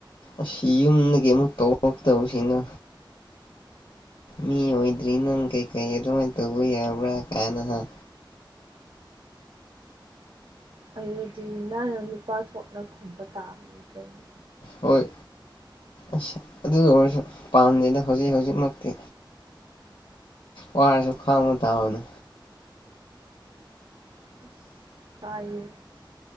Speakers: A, on the left; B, on the right.
A: ꯑꯁꯤ ꯌꯨꯝꯗꯒꯤ ꯑꯃꯨꯛ ꯇꯧꯔꯔꯛꯇꯕꯁꯤꯅ ꯃꯤ ꯑꯣꯏꯗ꯭ꯔꯤ ꯅꯪ ꯀꯩꯀꯩ ꯑꯗꯨꯃꯥꯏꯅ ꯇꯧꯕ ꯌꯥꯕ꯭ꯔꯥ ꯀꯥꯏꯅ ꯍꯥꯏ
B: ꯑꯗꯨꯗꯤ ꯅꯪꯅ ꯅꯨꯄꯥ ꯊꯣꯛꯅ ꯈꯨꯝꯕ ꯇꯥꯕꯅꯤ ꯀꯩꯅꯣ
A: ꯍꯣꯏ ꯑꯁ ꯑꯗꯨ ꯑꯣꯏꯔꯁꯨ ꯄꯥꯝꯗꯦꯗ ꯍꯧꯖꯤꯛ ꯍꯧꯖꯤꯛꯃꯛꯇꯤ ꯋꯥꯔꯁꯨ ꯈꯥꯡꯕ ꯇꯥꯕꯅꯤ
B: ꯑꯁ ꯇꯥꯏꯌꯦ